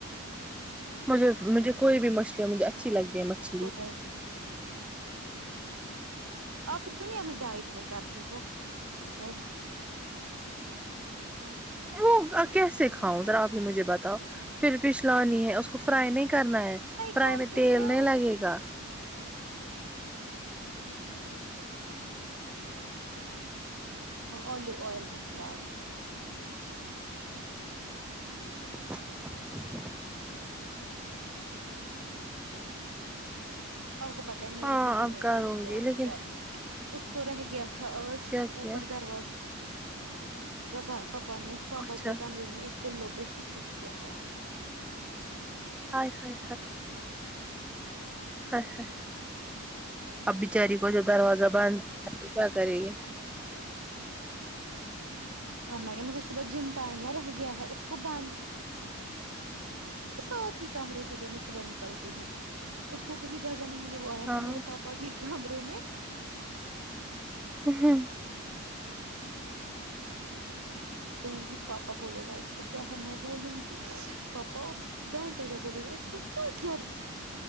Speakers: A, in the centre; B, on the right (about 80°).
A: مجھے مجھے کوئی بھی مچھلیاں مجھے اچھی لگتی ہے مچھلی
B: کسٹرڈ ہوتا ہے آف پھر کیوں نہیں اپنی ڈائٹ میں کرتی ہو ایڈ
A: وہ کیسے کھاؤں زرا آپ مجھے بتاو پھر فش لانی ہے اس کو فرائی نہیں کرنا ہے فرائی
B: کر
A: میں
B: کے
A: تیل
B: نا
A: نہیں لگے گا
B: الیو آئل میں فرائی
A: <inaudible>
B: آپ کو پت ہے میری
A: ہاں
B: بلی
A: اب
B: نے
A: کروں
B: آج کیا
A: گی لیکن
B: کیا اس کو رہ گیا اج
A: کیا کیا
B: اوپر دروازہ زہ بند پاپا
A: اچھا
B: کے کمرے میں ایک پلوں پہ سسو کیا ہے
A: ہائے ہائے ہائے اب بچاری کو جب دروازہ باندھ ہیں تو کیا کرے گے
B: مورنا ہے مجھے صبح جم ٹائم نہ رہ گیا ہے اس کو بندد ساتھ ہی کمرے سے جب میں صبح نکلتی ہوں اس کو کہیں جگہ نہیں ملی ہوا
A: ہاں
B: ہے میرے پا کے کام ر میں
A: ہوں
B: دوں گی پاپا بولے گا اس کو کیا ہے میں بولوں گی پاپا اس ڈانٹے گا بولے گا اس کو کیوں کیا